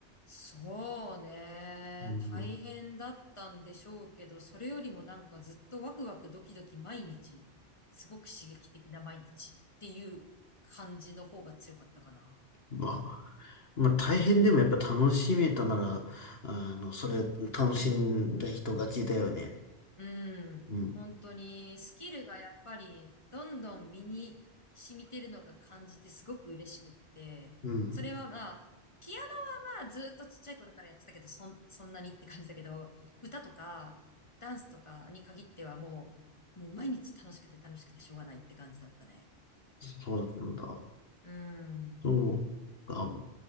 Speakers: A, on the left; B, on the left.
A: そうね。
B: うん。
A: 大変だったんでしょうけど、それよりもなんかずっとワクワクドキドキ毎日、すごく刺激的な毎日っていう感じの方が強かったかな。
B: まあ、まあ大変でもやっぱ楽しめたなら、あの、それ楽しんだ人勝ちだよね。
A: うん。
B: うん。
A: 本当にスキルがやっぱりどんどん身に染みてるのが感じてすごく嬉しくって。
B: うん。
A: それはまあ、ピアノはまあずっとちっちゃい頃からやってたけど、そん、そんなにって感じだけど、歌とかダンスとかに限ってはもう、もう毎日楽しくて楽しくてしょうがないって感じだったね。
B: そうだったんだ。
A: うん。っ
B: そう。あ、